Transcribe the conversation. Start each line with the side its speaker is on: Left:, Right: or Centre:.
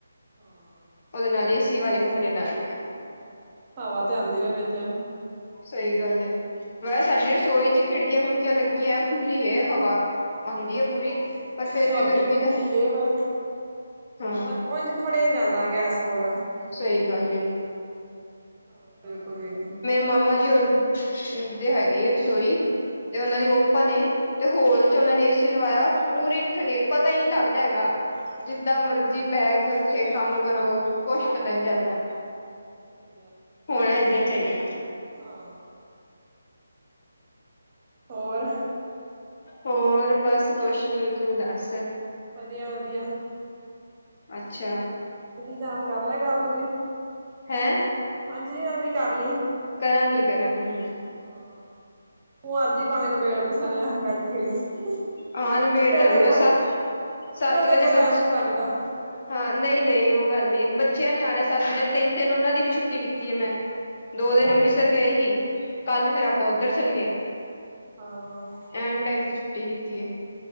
Right: ਹਾਂ
Left: ਉਹ ਨਾਲ ਏ ਸੀ ਵਾਲੇ ਕਮਰੇ ਨਾਲ
Right: ਹਾਂ ਹਵਾ ਤੇ ਆਉਂਦੀ ਰ ਵਿੱਚ
Left: ਸਹੀ ਗੱਲ ਹੈ ਵੈਸ ਸਾਡੀ ਰਸੋਈ ਚ ਖਿੜਕੀਆਂ ਖੁੜਕੀਆਂ ਲੱਗੀਆਂ ਖੁੱਲੀ ਹੈ ਹਵਾ ਆਉਂਦੀ ਹੈ ਪੂਰੀ ਪਰ ਫੇਰ
Right: ਸਾਡੀ
Left: ਗਰਮੀ
Right: ਵੀ ਖੁੱਲੀ
Left: ਤਾਂ ਹੈ
Right: ਇਹ ਵ
Left: ਹਾਂ
Right: ਬ ਉਝ ਖੜੇ ਨ ਜਾਂਦਾ ਗੈਸ ਕੋਲ
Left: ਸਹੀ ਗੱਲ ਹੈ
Right: ਹਾਂ ਬਿਲਕੁਲ ਵੀ ਨਹੀਂੀ
Left: ਮਾਮਾ ਜੀ ਹੋਰ ਦੇ ਹੈਗੀ ਆ ਰਸੋਈ ਤੇ ਉਹਨਾਂ
Right: ਹਾਂ।
Left: ਦੀ ਓਪਨ ਏ ਤੇ ਹੋਲ ਚ ਉਹਨਾ ਨੇ ਲਵਾਇਆ ਪੂਰੀ ਠੰਡੇਰ ਪਤਾ ਹੀ ਨਹੀਂੀ ਲੱਗਦਾ ਹੈਗਾ ਜਿੱਦਾਂ ਮਰਜ਼ੀ ਬਹਿ ਕੇ ਉੱਥੇ ਕੰਮ ਕਰੋ ਕੁਛ ਪਤਾ ਨੀ ਚੱਲਦਾ
Right: ਸਹੀ ਹੈ
Left: ਹੋਣਾ ਏਦਾਂ ਹੀ ਚਾਹੀਦਾ
Right: ਹਾਂ। ਹੋਰ।
Left: ਹੋਰ ਬਸ ਕੁਛ ਨੀ ਤੂੰ ਦੱਸ।
Right: ਵਧੀਆ ਵਧੀਆ।
Left: ਅੱਛਾ।
Right: ਹਾਂਜਲੀ ਨਾਲ ਕਰ ਲੈ ਗੱਲ ਤੂੰ ਵੀ
Left: ਹੈਂ
Right: ਹਾਂਜਲੀ ਨਾਲ ਵੀ ਕਰ ਲਈ।
Left: ਕਰਾਂਗੀ ਕਰਾਂਗੇ ਹ।
Right: ਹਾਂ ਤੂੰ ਅੱਜ ਹੀ ਭਾਵੇਂ ਨਬੇੜ ਤੇ ਸਾਰ ਬੈਠੀ ਹੋਈ।
Left: ਹਾਂ ਨਿਬੇੜਦਾ
Right: ਫੇਰ
Left: ਆਗੀ
Right: ਤੇ
Left: ਬ
Right: ਕੋ
Left: ਸੱਤ ਸੱਤ
Right: ਫੇਰ ਤੇ
Left: ਵਜੇ
Right: ਕੋ
Left: ਬੱਚ।
Right: ਟਾਈਮ ਨੀ ਲੱਗਦਾ
Left: ਹਾਂ ਨਹੀਂ ਨਹੀਂ ਉਹ ਗੱਲ ਨ। ਬੱਚਿਆਂ ਨੇ ਆਣਾ ਸੱਤ ਵਜੇ ਤਿੰਨ ਦਿਨ ਉਹਨਾਂ ਦੀ ਵੀ ਛੁੱਟੀ ਕੀਤੀ ਹੈ ਮੈਂ। ਦੋ
Right: ਅੱਛਾ
Left: ਦਿਨ
Right: ਹਾਂ
Left: ਅੰਮ੍ਰਿਤਸਰ ਗਏ ਸੀ ਕੱਲ ਫਿਰ ਆਪਾਂ ਉੱਧਰ ਚੱਲ ਗਏ।
Right: ਆਹ।
Left: ਐਨ ਟਾਈਮ ਤੇ ਛੁੱਟੀ ਕੀਤੀ ਹੈ।